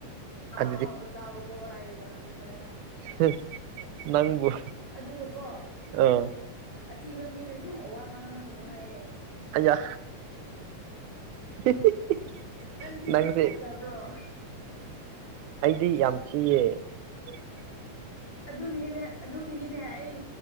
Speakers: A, on the left; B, on the right.
A: ꯑꯍꯥꯎ
B: ꯑꯗꯨꯗꯤ
A: ꯑꯍꯥꯎꯕ ꯆꯥꯎꯒꯣ ꯍꯥꯢꯔꯤꯕ ꯗꯣꯛꯇꯔꯅ
B: ꯍ ꯅꯪꯕꯨ
A: ꯑꯗꯨꯒ ꯀꯣ
B: ꯑꯥ
A: ꯑꯊꯤꯕ ꯃꯤꯗꯖꯨ ꯋꯥ ꯉꯥꯡꯅꯒꯅꯨ ꯍꯥꯢꯌꯦ
B: ꯑꯩꯌꯥ ꯍꯤ ꯍꯤ ꯍꯤ
A: ꯅꯪ ꯊꯤꯕ꯭ꯔꯥ
B: ꯅꯪꯁꯦ
A: ꯐꯖꯕ꯭ꯔꯣ
B: ꯑꯩꯗꯤ ꯌꯥꯝ ꯊꯤꯌꯦ <inaudible>
A: ꯁ ꯑꯗꯨꯒꯤꯅꯤꯅꯦ ꯑꯗꯨꯒꯤꯅꯤꯅꯦ ꯑꯩ